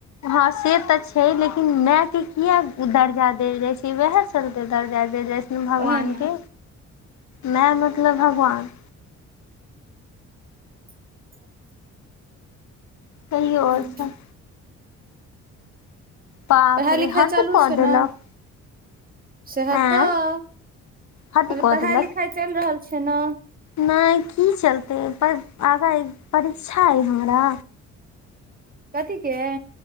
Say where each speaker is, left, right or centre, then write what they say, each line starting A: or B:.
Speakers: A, on the left; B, on the right.
A: हँ, से तऽ छै। लेकिन मायके किया दर्जा देल जाय छै वएह। चलते दर्जा जे जइसन भगवान
B: ओएह ने
A: के माय मतलब भगवान
B: <inaudible>
A: कहियौ आओर
B: हूँ
A: सब बाप
B: पढ़ाइ
A: रे
B: लिखाइ
A: हद
B: चालू
A: कऽ
B: छै
A: देलक
B: ने? सेहे
A: आँय
B: तऽ,
A: हद
B: कहलोए
A: कऽ
B: पढ़ाइ
A: देलक
B: लिखाइ चलि रहल छै ने।
A: नहि की चलतै पर आगा परीक्षा अइ हमरा।
B: कथीके?